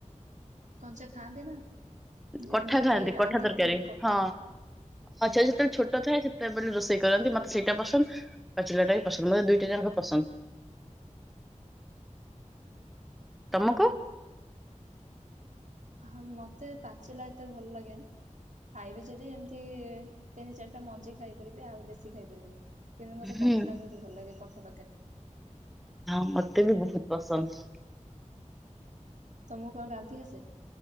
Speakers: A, on the right; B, in the centre.
A: କଞ୍ଚା ଖାଆନ୍ତି ନା। ଯେମିତି
B: କଠା
A: କିି
B: ଖାଆନ୍ତି
A: ରାନ୍ଧିକି
B: କଠା ତରକାରୀ
A: କଠାକୁ
B: ହଁ ଆଚ୍ଛା
A: ହଁ।
B: ଯେତେବେଳେ ଛୋଟ- ଥାଏ ସେତେବେଳେ ରୋଷେଇ କରନ୍ତି ମତେ ସେଇଟା ପସନ୍ଦ ପାଚିଲା ଟା ବି ପସନ୍ଦ ମତେ ଦୁଇଟା ଯାକ ପସନ୍ଦ। ତମକୁ।
A: ହଁ ମତେ ପାଚିଲା ଏତେ ଭଲ ଲାଗେନ ଖାଇବି ଯଦି ଏମିତି ତିନି ଚାରିଟା ମଞ୍ଜି ଖାଇପାରିବି ଆଉ ବେଶୀ ଖାଇପାରିବିନି। କିନ୍ତୁ ମତେ
B: ହୁଁ
A: କଠା ଟା ବହୁତ ଭଲ ଲାଗେ କଠା ତରକାରି।
B: ହଁ ମତେ ବି ବହୁତ ପସନ୍ଦ।
A: ତମକୁ କଣ ରାନ୍ଧି ଆସ?